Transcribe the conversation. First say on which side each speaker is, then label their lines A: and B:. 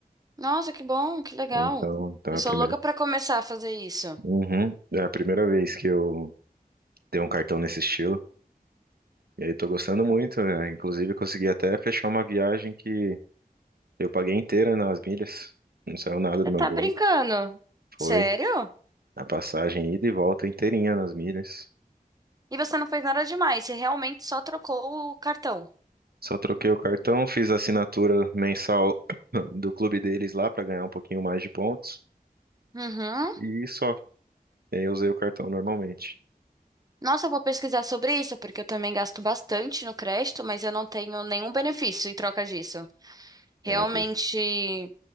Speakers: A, on the right; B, on the right.
A: Nossa, que bom, que legal.
B: Então, então
A: Eu
B: é a
A: sou
B: primeira.
A: louca pra começar a fazer isso.
B: Uhum. É a primeira vez que eu tenho um cartão nesse estilo. E aí tô gostando muito, né? Inclusive consegui até fechar uma viagem que eu paguei inteira nas milhas. Não saiu nada
A: Você
B: do meu
A: tá
B: bolso.
A: brincando?
B: Foi
A: Sério?
B: a passagem ida e volta inteirinha nas milhas.
A: E você não fez nada demais, você realmente só trocou o cartão.
B: Só troquei o cartão, fiz a assinatura mensal <coughs> <clears throat> do clube deles lá pra ganhar um pouquinho mais de pontos
A: Uhum.
B: e só. E aí eu usei o cartão normalmente.
A: Nossa, eu vou pesquisar sobre isso, porque eu também gasto bastante no crédito, mas eu não tenho nenhum benefício em troca disso. Realmente,
B: É, pe-